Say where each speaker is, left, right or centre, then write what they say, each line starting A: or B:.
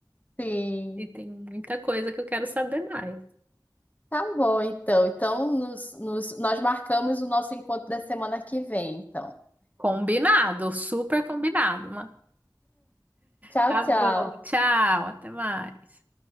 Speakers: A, on the left; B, on the right.
A: Sim.
B: E tem muita coisa que eu quero saber mais.
A: Tá bom, então. Então, nos, nos- nós marcamos o nosso encontro da semana que vem, então.
B: Combinado, super combinado, mano.
A: Tchau,
B: Tá bom,
A: tchau.
B: tchau, até mais.